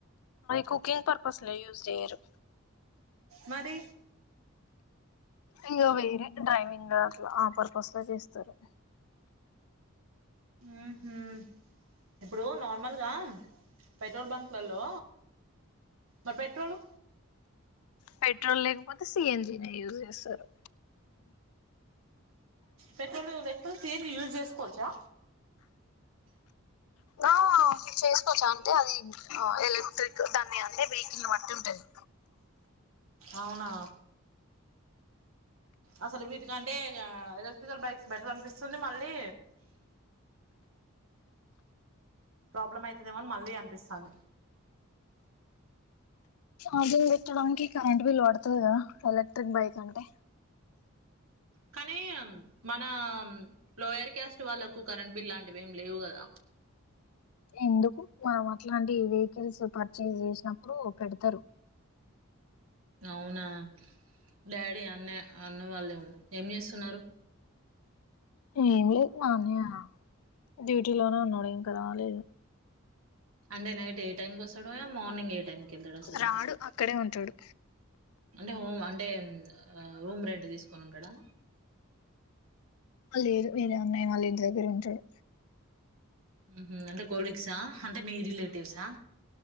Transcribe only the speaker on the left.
కుకింగ్ పర్పస్ లో చేయరు
ఇంకా వేరే డ్రైవింగ్ అట్లా ఆ పర్పస్ లో చేస్తారు
పెట్రోల్ లేకపోతే సిఎన్జీ న యూజ్ చేస్తారు
ఆ చేసుకోవచ్చా అంటే అది ఎలక్ట్రిక్ దాన్ని అంటే బేకి బట్టి ఉంటుంది
అదిే ఎట్టడానికి కరెంట్ బిల్ పడుతుంది కదా ఎలక్ట్రిక్ బైక్ అంటే
ఎందుకు మా అట్లాంటి వెహికల్స్ పర్చేస్ చేసినప్పుడు పెడతారు
ఏం లేదు నాన్న డ్యూటీలోనే ఉన్నాడు ఇంకా రాలేదు
రాడు అక్కడే ఉంటాడు
లేదు వేరే అన్నయ్య వల్ల ఇంటి దగ్గరే ఉంటాడు